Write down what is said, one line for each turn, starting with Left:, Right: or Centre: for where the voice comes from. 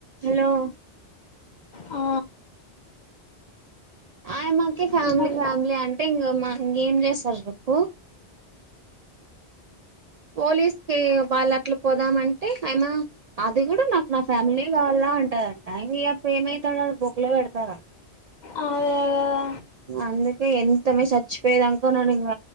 Right: హలో
Left: ఆ
Right: ఆయమ్మకి ఫ్యామిలీ
Left: ఇప్పుడు
Right: ఫ్యామిలీ అంటే ఇంగ మా ఇంగేం చేస్తారు చెప్పు పోలీస్కి వాళ్ళు అట్లా పోదామంటే అయమ్మ అది కూడా నాకు నా ఫ్యామిలీనే కావాల అంటాదంట ఇంగ ఈయప్ప ఏమైతాడు ఆడ బొక్కలో పెడతారా
Left: అదే కదా
Right: అందుకే ఎంతమే సచ్చిపోయేదాంక ఉన్నాడు ఇంగ